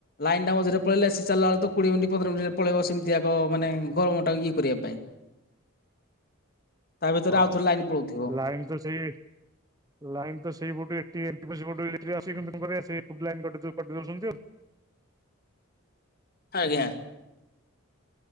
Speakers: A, on the left; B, on the right.
A: ଲାଇନଟା ମଝିରେ ପଳେଇଲେ ଏସି ଚାଲଲା ବେଳକୁ ତ କୋଡିଏ ମିନଟି ପନ୍ଦର ମିନଟିରେ ପଳେଇବ ସେମତି ଆଗ ମାନେ ଗରମଟା ଇଏ କରିବା ପାଇଁ। ତା ଭିତରେ
B: ହଁ
A: ଆଉଥରେ ଲାଇନ ପଳଉଥିବ।
B: ଲାଇନ୍ ତ ସେଇ ଲାଇନ୍ ତ ସେଇପଟୁ ଏ ଟି ଏଲ୍ ଟି ପା ସେପଟୁ ଇଲେକ୍ଟ୍ରି ଆସିକି କେମତି କଣ କରିବା ସେଇ ଏପଟ ଲାଇନ କାଟିଦୋଉ କାଟିଦୋଉଛନ୍ତି ଆଉ।
A: ଆଜ୍ଞା।